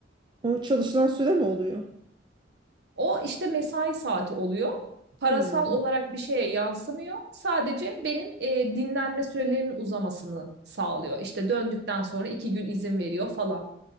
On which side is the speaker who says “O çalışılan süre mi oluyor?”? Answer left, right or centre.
Right